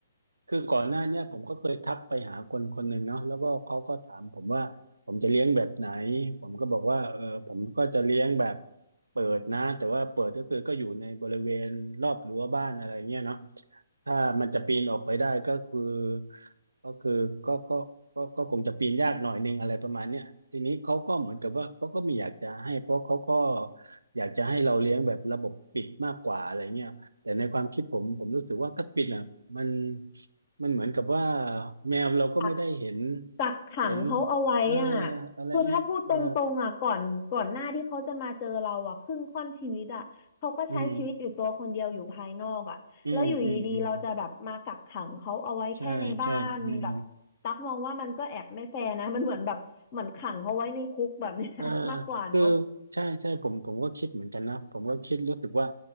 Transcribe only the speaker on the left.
กักกักขังเขาเอาไว้อ่ะ
คือถ้าพูดตรงๆอ่ะก่อนก่อนหน้าที่เขาจะมาเจอเราอ่ะครึ่งค่อนชีวิตอ่ะเขาก็ใช้ชีวิตอยู่ตัวคนเดียวอยู่ภายนอกอ่ะแล้วอยู่ดีๆเราจะแบบมากักขังเขาเอาไว้แค่ในบ้านแบบตักมองว่ามันก็แอบไม่แฟร์นะมันเหมือนแบบเหมือนขังเขาไว้ในคุกแบบเนี้ย
<laughs> มากกว่าเนอะ